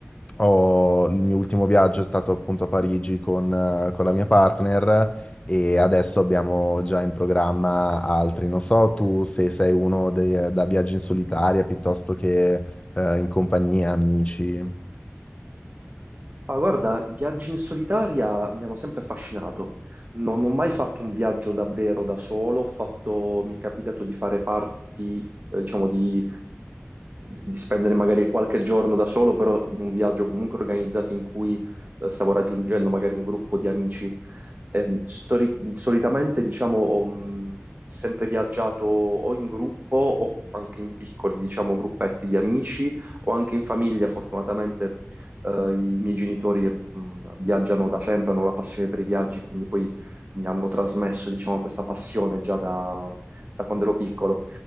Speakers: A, on the left (about 25°); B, on the right (about 35°).
A: ho- il mio ultimo viaggio è stato appunto a Parigi con, eh, con la mia partner e adesso abbiamo già in programma altri. Non so tu se sei uno de- da viaggi in solitaria piuttosto che eh, in compagnia, amici.
B: Ah, guarda, viaggi in solitaria mi hanno sempre affascinato. Non ho mai fatto un viaggio davvero da solo, ho fatto- mi è capitato di fare parti, eh, diciamo, ehm, di spendere magari qualche giorno da solo, però in un viaggio comunque organizzato in cui eh, stavo raggiungendo magari un gruppo di amici. Ehm, stori- solitamente, diciamo, ho mh, sempre viaggiato o in gruppo o anche in piccoli, diciamo, gruppetti di amici o anche in famiglia. Fortunatamente, eh, i miei genitori, mh, viaggiano da sempre, hanno una passione per i viaggi, quindi poi mi hanno trasmesso, diciamo, questa passione già da da quando ero piccolo.